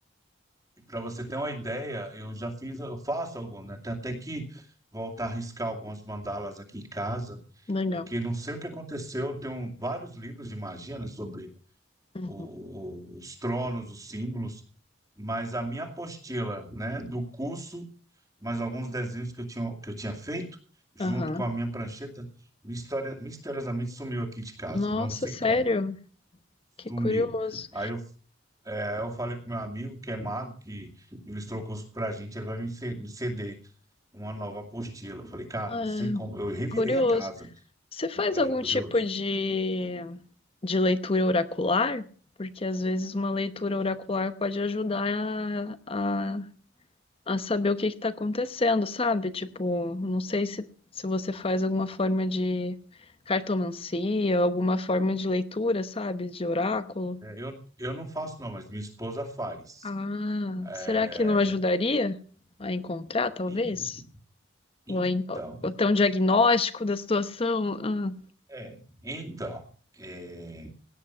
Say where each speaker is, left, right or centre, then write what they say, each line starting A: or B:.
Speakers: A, on the right; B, on the left.
A: para você ter uma ideia, eu já fiz, eu faço algumas, né? Tenho até que voltar a riscar algumas mandalas aqui em casa.
B: Legal.
A: porque não sei o que aconteceu. Tem um- vários livros de magia, né, sobre
B: Uhum.
A: o- os tronos, os símbolos, mas a minha apostila, né, do curso, mais alguns desenhos que eu tinha, que eu tinha feito, junto
B: Aham.
A: com a minha prancheta, misteri- misteriosamente sumiu aqui de casa,
B: Nossa,
A: não sei
B: sério?
A: como.
B: Que
A: Sumiu.
B: curioso.
A: Aí eu, é, eu falei pro meu amigo, que é mago, que ilustrou o curso pra gente, ele vai me ce- me ceder uma nova apostila. Eu falei, cara,
B: Ah,
A: não sei como. Eu revirei
B: curioso.
A: a casa.
B: Você faz
A: É
B: algum
A: curioso.
B: tipo de, de leitura oracular? Porque às vezes uma leitura oracular pode ajudar a, a, a saber o que está acontecendo, sabe? Tipo, não sei se, se você faz alguma forma de cartomancia, alguma forma de leitura, sabe? De oráculo.
A: É, Eu, eu não faço, não, mas minha esposa faz.
B: Ah,
A: É,
B: será que não ajudaria a encontrar, talvez?
A: en- então,
B: Ou, em- ou ter um diagnóstico da situação? Ah,
A: é, então, é,